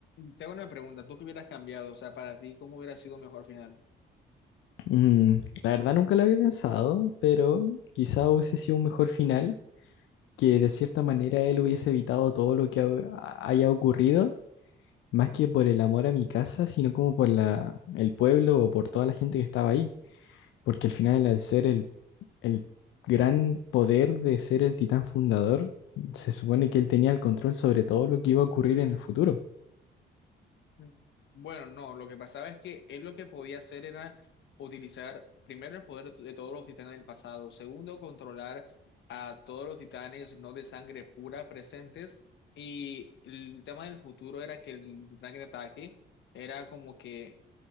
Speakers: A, on the left; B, on the left.
A: Te hago una pregunta, ¿tú qué hubieras cambiado? O sea, para ti, ¿cómo hubiera sido mejor final?
B: Mm, la verdad nunca lo había pensado, pero quizá hubiese sido un mejor final, que de cierta manera él hubiese evitado todo lo que ha- haya ocurrido, más que por el amor a mi casa, sino como por la, el pueblo o por toda la gente que estaba ahí. Porque al final, al ser el, el gran poder de ser el titán fundador, se supone que él tenía el control sobre todo lo que iba a ocurrir en el futuro.
A: Mm. Bueno, no, lo que pasaba es que él lo que podía hacer era utilizar primero el poder de todos los titanes del pasado, segundo, controlar a todos los titanes no de sangre pura presentes, y el tema del futuro era que el titán que te ataque era como que